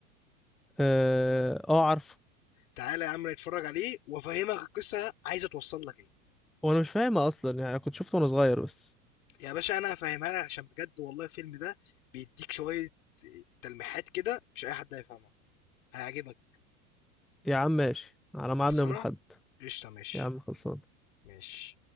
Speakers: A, in the centre; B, on the left.
A: اه آه، عارفه
B: تعالى يا عم نتفرج عليه وافهمك القصه عايزه توصل لك ايه
A: وانا مش فاهمها اصلا يعني كنت شفته وانا صغير بس
B: يا باشا انا هفهمها لك عشان بجد والله الفيلم ده بيديك شويه تلميحات كده مش اي حد هيفهمها هيعجبك
A: يا عم ماشي على ميعادنا
B: خلصانه
A: يوم الاحد
B: قشطه ماشي
A: يا عم خلصان
B: ماشي